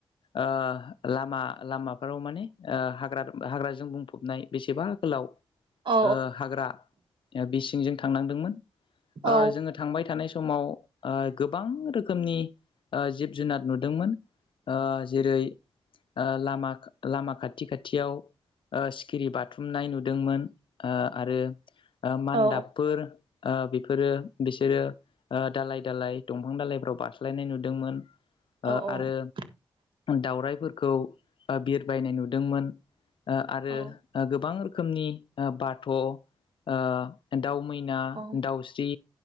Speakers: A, on the left (about 65°); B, on the right (about 65°).
A: ओ लामा लामाफोराव माने ओ हाग्रा। हाग्राजों बुंफबनाय बेसेबा गोलाव
B: औ
A: ओ हाग्रा बिसिंजों थांनांदोंमोन ओ
B: औ
A: जोङो थांबाय था थानाय समाव ओ गोबां रोखनि ओ जिब जुनाद नुदोंमोन ओ जेरै ओ लामा लामा खाथि खाथियाव ओ सिखिरि बाथुमनाय नुदोंमोन ओ आरो। ओ मान्दाबफोर
B: औ
A: ओ बेफर फोरो बिसोरो दालाय दालाय दंफां दालायफ्राव बारस्लायनाय नुदोंमोन। ओ
B: औ
A: आरो दाावरायाइफोरखौ बिर बायनाय नुदोंमोन ओ आरो
B: औ
A: गोबां रोखोमनि ओ बाथ'। ओ दाउ मैना
B: औ
A: दाउस्रि